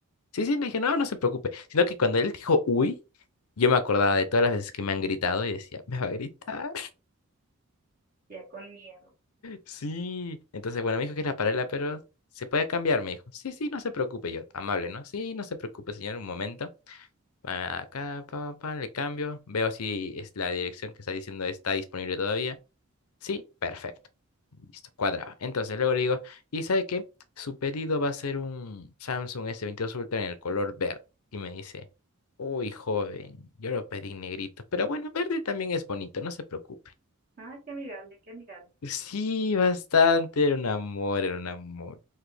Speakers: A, on the left (about 80°); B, on the right (about 40°).
A: Sí, sí, le dije, no, no se preocupe. Sino que cuando él dijo, uy, yo me acordaba de todas las veces que me han gritado y decía, me va a gritar.
B: Ya con miedo.
A: Sí, entonces, bueno, me dijo que era paralela, pero se puede cambiar, me dijo. Sí, sí, no se preocupe, yo, amable, ¿no? Sí, no se preocupe, señor, un momento. Pa- Acá, pa, pa, pa, le cambio, veo si es la dirección que está diciendo está disponible todavía. Sí, perfecto. Listo, cuadraba. Entonces, luego le digo, ¿y sabe qué? Su pedido va a ser un Samsung S22 Ultra en el color verde. Y me dice, uy, joven, yo lo pedí negrito, pero bueno, verde también es bonito, no se preocupe.
B: Ay, qué amigable, qué amigable.
A: Sí, bastante, era un amor, era un amor.